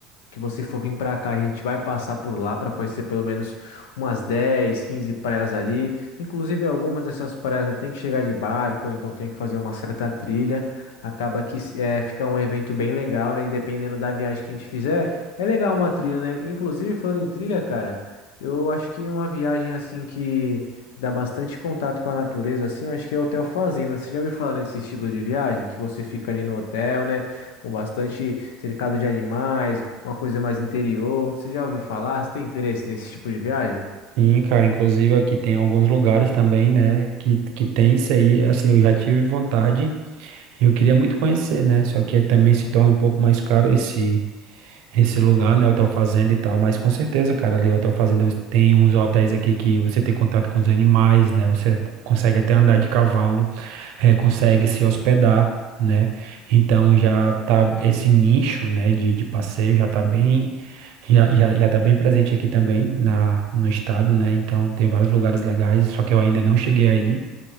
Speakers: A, on the left; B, on the right.
A: que você for vir para cá, a gente vai passar por lá para conhecer pelo menos umas 10, 15 praias ali. Inclusive, algumas dessas praias né, tem que chegar de barco, ou então tem que fazer uma certa trilha. Acaba que é, fica um evento bem legal, né? E dependendo da viagem que a gente fizer, é legal uma trilha, né? Inclusive, falando em trilha, cara, eu acho que uma viagem assim que, que dá bastante contato com a natureza, assim, eu acho que é o Hotel Fazenda. Você já ouviu falar nesse estilo de viagem? Que você fica ali no hotel, né? com bastante cercado de animais, uma coisa mais interior. Você já ouviu falar? Você tem interesse nesse tipo de viagem?
B: Sim, cara. Inclusive aqui tem alguns lugares também, né? Que, que tem isso aí. Assim, eu já tive vontade. E eu queria muito conhecer, né? Só que também se torna um pouco mais caro esse esse lugar, né? Hotel Fazenda e tal. Mas com certeza, cara, ali o Hotel Fazenda você tem uns hotéis aqui que você tem contato com os animais, né? Você consegue até andar de cavalo, eh, consegue se hospedar, né? Então já tá esse nicho, né, de, de passeio já tá bem. Já, já, já tá bem presente aqui também na, no estado, né? Então tem vários lugares legais, só que eu ainda não cheguei aí.